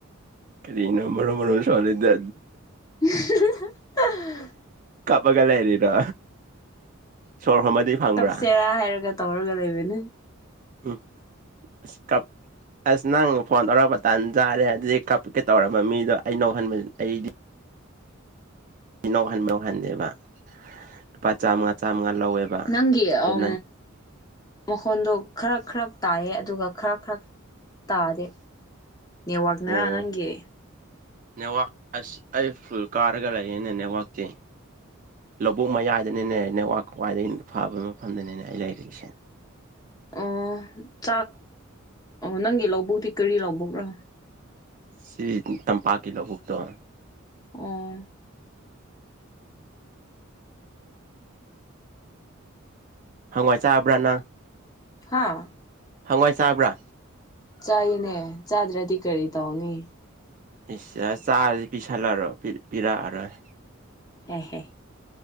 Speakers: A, on the right; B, on the left.
A: ꯀꯔꯤꯅꯣ ꯃꯔꯣ ꯃꯔꯣ ꯁꯣꯜꯂꯤꯗ
B: <inaudible>
A: ꯀꯞꯄꯒ ꯂꯩꯔꯤꯔꯣ ꯁꯣꯔ ꯍꯣꯟꯕꯗꯤ ꯐꯪꯕ꯭ꯔꯥ
B: ꯀꯞꯁꯦꯔꯥ ꯍꯥꯏꯔꯒ ꯇꯧꯔꯒ ꯂꯩꯕꯅꯦ
A: ꯎꯝ ꯀꯞ ꯑꯁ ꯅꯪ ꯐꯣꯟ ꯇꯧꯔꯛꯄ ꯇꯥꯟ ꯆꯥꯔꯦ ꯑꯗꯨꯗꯤ ꯀꯞꯀꯦ ꯇꯧꯔꯝꯕ ꯃꯤꯗꯣ ꯑꯩꯅꯣꯛꯍꯟꯕ ꯑꯩꯗꯤ ꯏꯅꯥꯎꯈꯟ ꯌꯥꯎꯍꯟꯗꯦꯕ ꯂꯨꯄꯥ ꯆꯥꯝꯃꯉꯥ ꯆꯥꯝꯃꯉꯥ ꯂꯧꯋꯦꯕ
B: ꯅꯪꯒꯤ
A: ꯑꯗꯨ
B: ꯑꯝ
A: ꯅꯪ
B: ꯅꯈꯣꯟꯗꯣ ꯈꯔ ꯈꯔ ꯇꯥꯏꯌꯦ ꯑꯗꯨꯒ ꯈꯔ ꯈꯔ ꯇꯥꯗꯦ ꯅꯦꯋꯥꯛꯅꯔꯥ
A: ꯑꯣ
B: ꯅꯪꯒꯤ꯫
A: ꯅꯦꯠꯋꯥꯛ ꯑꯁ ꯑꯩ ꯐꯨꯜ ꯀꯥꯔꯒ ꯂꯩꯌꯦꯅꯦ ꯅꯦꯠꯋꯥꯛꯇꯤ ꯂꯧꯕꯨꯛ ꯃꯌꯥꯏꯗꯅꯤꯅꯦ ꯅꯦꯠꯋꯥꯛ ꯈ꯭ꯋꯥꯏꯗꯒꯤ ꯐꯕ ꯃꯐꯝꯗꯅꯤꯅꯦ ꯑꯩ ꯂꯩꯔꯤꯁꯦ
B: ꯑꯣ ꯆꯥꯛ ꯅꯪꯒꯤ ꯂꯧꯕꯨꯛꯇꯤ ꯀꯔꯤ ꯂꯧꯕꯨꯛꯔꯣ
A: ꯁꯤ ꯇꯝꯄꯥꯛꯀꯤ ꯂꯧꯕꯨꯛꯇꯣ
B: ꯑꯣ
A: ꯍꯪꯋꯥꯏ ꯆꯥꯕ꯭ꯔꯥꯅꯪ
B: ꯍꯥꯥ
A: ꯍꯪꯋꯥꯏ ꯆꯥꯕ꯭ꯔꯥ
B: ꯆꯥꯏꯅꯦ ꯆꯥꯗ꯭ꯔꯗꯤ ꯀꯔꯤ ꯇꯧꯅꯤ
A: ꯏꯁ ꯆꯥꯔꯗꯤ ꯄꯤꯁꯜꯂꯔꯣꯏ ꯄꯤꯔꯛꯑꯔꯣꯏ
B: ꯍꯦ ꯍꯣꯏ